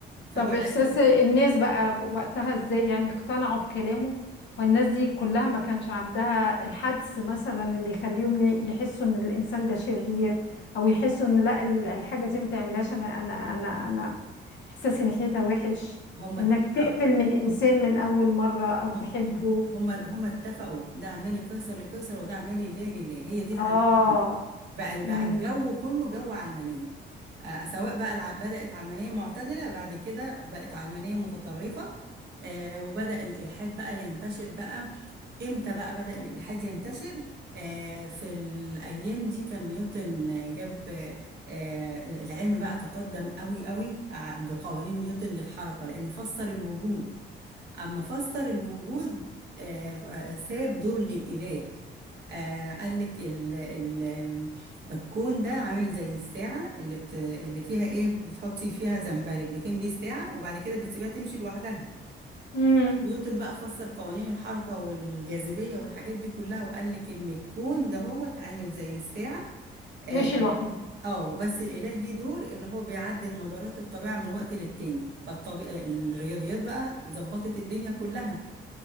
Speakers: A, on the right; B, on the left.
A: فبدا
B: طب إحساس الناس بقى وقتها إزاي يعني اقتنعوا بكلامه والناس دي كلها ما كانش عندها الحدس مثلا اللي يخليهم ي- يحسوا إن الإنسان ده شرير أو يحسوا إن لا ال- الحاجة دي ما تعملهاش أنا أنا أنا أنا إحساسي ناحيتها وحش
A: هم اتفقوا
B: إنك تقفل من إنسان من أول مرة أو
A: هم
B: تحبه
A: هم هم اتفقوا ده اعمالي قيصر لقيصر وده اعمالي لله لله هي دي العلمانية
B: آه
A: بقى بقى
B: امم
A: الجو كله جو علمانية آه سواء بقى الع... بدأت علمانية معتدلة بعد كده بقت علمانية متطرفة آه وبدأ الإلحاد بقى ينتشر بقى امتى بقى بدأ الإلحاد ينتشر آه في الأيام دي كان نيوتن آه، جاب آه آه، العلم بقى تقدم قوي قوي ع- بقوانين نيوتن للحركة لأن فسر الوجود أما فسر الوجود آه، ف- آه، ساب دور للإله آه، قال لك ال ال الكون ده عامل زي الساعة اللي بت اللي فيها إيه بتحطي فيها زنبرك بتملي الساعة وبعد كده بتسيبها تمشي لوحدها
B: امم
A: نيوتن بقى فسر قوانين الحركة والجاذبية والحاجات دي كلها وقال لك إن الكون ده هو اتعامل زي الساعة اه
B: ماشي لوحده
A: آه، بس الإله ليه دور إن هو بيعدل مدارات الطبيعة من وقت للتاني فالطبيعة الرياضيات بقى ظبطت الدنيا كلها